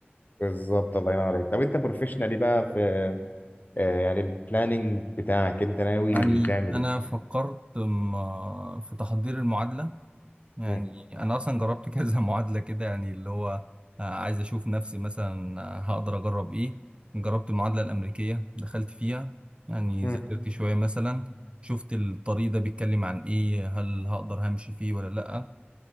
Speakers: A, on the left; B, on the right.
A: بالظبط الله ينور عليك طب انت بروفيشنالي بقى في آه، يعني البلاننج بتاعك انت ناوي
B: يعني
A: تعمل ايه؟
B: أنا فكرت م- في تحضير المعادلة يعني
A: مم.
B: أنا أصلا جربت كذا <laughs> معادلة كده يعني اللي هو آه، عايز أشوف نفسي مثلا آه، هقدر أجرب إيه جربت المعادلة الأمريكية دخلت فيها يعني
A: مم.
B: ذاكرت شوية مثلا شفت الطريق ده بيتكلم عن إيه هل هقدر همشي فيه ولا لأ